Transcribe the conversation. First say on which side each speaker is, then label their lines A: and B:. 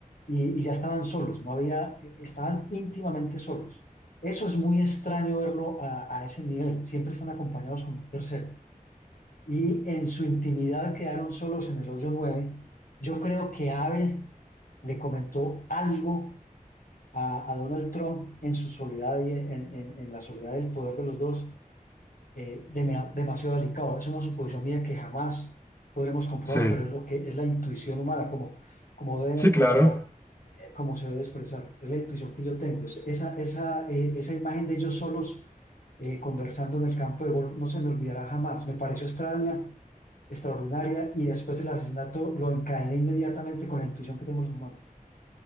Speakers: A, on the left; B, on the left.
A: y, y ya estaban solos, no había, eh, estaban íntimamente solos. Eso es muy extraño verlo a, a ese nivel. Siempre están acompañados con un tercero. Y en su intimidad quedaron solos en el hoyo nueve Yo creo que Abe le comentó algo a, a Donald Trump en su soledad y en, en- en la soledad del poder de los dos, eh, dema- demasiado delicado. Es una suposición mía que jamás podremos comprobar,
B: sí,
A: pero es lo que es la intuición humana, como, como, debe-
B: sí,
A: como,
B: claro.
A: como se debe expresar. Es la intuición que yo tengo. Es- esa, esa, eh, esa imagen de ellos solos eh, conversando en el campo de golf no se me olvidará jamás. Me pareció extraña, extraordinaria y después el asesinato lo encadené inmediatamente con la intuición que tenemos los humanos.